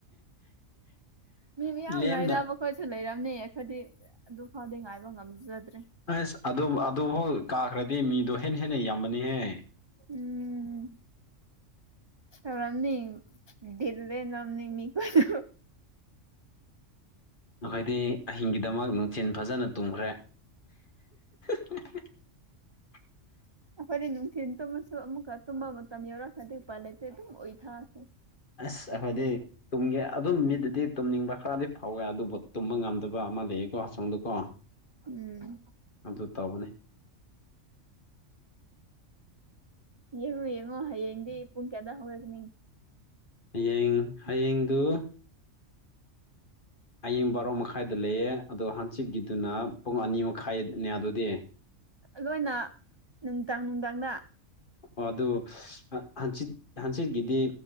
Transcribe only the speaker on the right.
ꯃꯤ ꯃꯤꯌꯥꯝ
ꯉꯥꯏꯅꯕ ꯑꯩꯈꯣꯏꯁꯨ ꯂꯩꯔꯝꯅꯤ ꯑꯩꯈꯣꯏꯗꯤ ꯑꯗꯨ ꯐꯥꯎꯗꯤ ꯉꯥꯏꯕ ꯉꯝꯖꯗ꯭ꯔꯦ
ꯎꯝ ꯇꯧꯔꯝꯅꯤ ꯗꯤꯜ ꯂꯦꯜꯂꯝꯅꯤ ꯃꯤ ꯈꯨꯗꯤꯡꯃꯛ
<inaudible> ꯑꯩꯈꯣꯏꯗꯤ ꯅꯨꯡꯊꯤꯜ ꯇꯨꯝꯃꯁꯨ ꯑꯃꯨꯛꯀ ꯇꯨꯝꯕ ꯃꯇꯝ ꯌꯧꯔꯛꯑꯀꯗꯤ ꯎꯄꯥꯏ ꯂꯩꯇꯦ ꯑꯗꯨꯝ ꯎꯏꯊꯈ꯭ꯔꯦ
ꯎꯝ
ꯌꯦꯡꯉꯣ ꯌꯦꯡꯉꯣ ꯍꯌꯦꯡꯗꯤ ꯄꯨꯡ ꯀꯌꯥꯗ ꯍꯧꯔꯛꯅꯤ
ꯂꯣꯏꯅ ꯅꯨꯡꯗꯥꯡ ꯅꯨꯡꯗꯥꯡꯗ